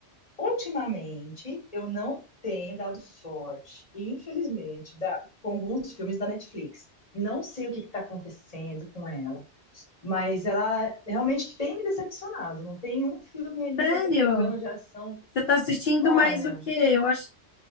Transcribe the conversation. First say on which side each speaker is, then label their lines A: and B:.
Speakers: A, on the left; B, on the left.
A: Ultimamente, eu não tenho dado sorte. E, infelizmente, dá, com alguns filmes da Netflix. Não sei o que está acontecendo com ela. Mas ela realmente tem me decepcionado. Não tem um filme ali
B: Sério?
A: que eu tô pegando de ação.
B: Você tá assistindo
A: Olha,
B: mais o quê? Eu acho,